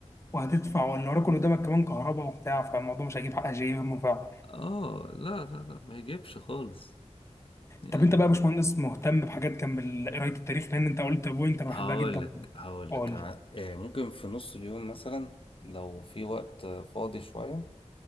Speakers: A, on the left (about 25°); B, on the left (about 45°).
A: وهتدفع واللي وراك اللي قدامك كمان كهرباء وبتاع فالموضوع مش هيجيب حق شيء هم فعلا
B: اه لا لا لا ما يجيبش خالص يعني
A: طب انت بقى يا باشمهندس مهتم بحاجات جنب ال- قرايه التاريخ لان انت قلت بوينت انا
B: هقول
A: بحبها جدا
B: لك هقول
A: قول
B: لك ع- آه، ممكن في نص اليوم مثلا لو في وقت آه، فاضي شوية